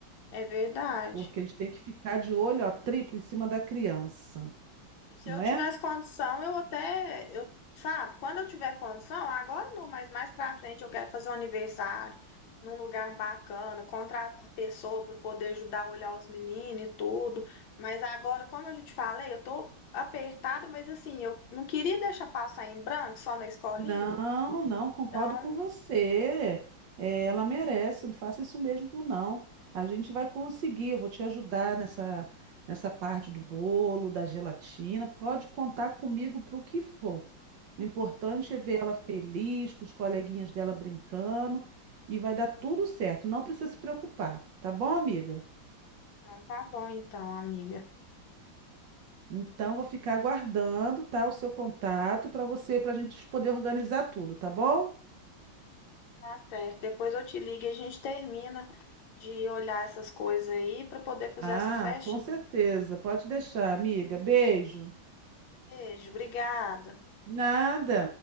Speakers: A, on the left; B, on the right.
A: é verdade.
B: Porque a gente tem que ficar de olho, ó, triplo em cima da criança,
A: Se
B: não
A: eu
B: é?
A: tivesse condição, eu até, eu, sabe, quando eu tiver condição, ah, agora não, mas mais pra frente eu quero fazer um aniversário num lugar bacana, contratar pessoa para poder ajudar a olhar os meninos e tudo. Mas agora, como eu já te falei, eu tô apertada, mas assim, eu não queria deixar passar em branco só na escolinha.
B: Não, não, concordo
A: Então,
B: com você. É, ela merece, não faça isso mesmo, não. A gente vai conseguir, eu vou te ajudar nessa, nessa parte do bolo, da gelatina. Pode contar comigo para o que for. O importante é ver ela feliz, com os coleguinhas dela brincando, e vai dar tudo certo. Não precisa se preocupar, tá bom, amiga?
A: então tá bom então, amiga.
B: Então, vou ficar aguardando, tá, o seu contato para você, para a gente poder organizar tudo, tá bom?
A: Tá certo. Depois eu te ligo e a gente termina de olhar essas coisas aí para poder fazer
B: Ah,
A: essa festinha.
B: com certeza. Pode deixar, amiga. Beijo.
A: Beijo, obrigada.
B: Nada.